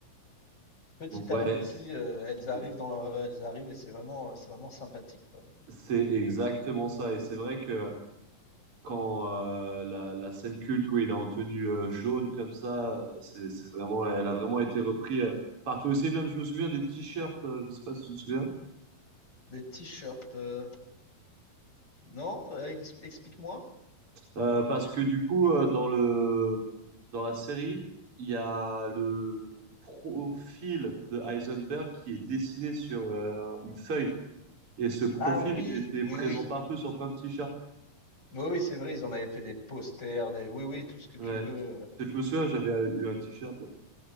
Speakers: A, on the left (about 25°); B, on the right (about 35°).
A: Petit
B: Ouais,
A: à petit, euh, elles arrivent
B: c'est
A: dans la- elles arrivent et c'est vraiment, euh, c'est vraiment sympathique, quoi.
B: c'est exactement ça. Et c'est vrai que. quand euh, la, la scène culte où il est en tenue euh, jaune comme ça, euh, c'est, c'est vraiment, elle a vraiment été reprise euh, partout aussi. Même, je me souviens des t-shirts, euh, je sais pas si tu te souviens,
A: Des t-shirts, euh, non? Euh, ex- Explique-moi.
B: Euh, parce que du coup, euh, dans le, dans la série, il y a le profil de Heisenberg qui est dessiné sur euh, une feuille, et ce profil,
A: Ah oui,
B: il était
A: oui,
B: présent
A: oui.
B: partout sur plein de t-shirts.
A: Oui, oui, c'est vrai, ils en avaient fait des posters, des oui, oui, tout ce que tu
B: Ouais.
A: veux.
B: Si je me souviens, j'avais eu un t-shirt.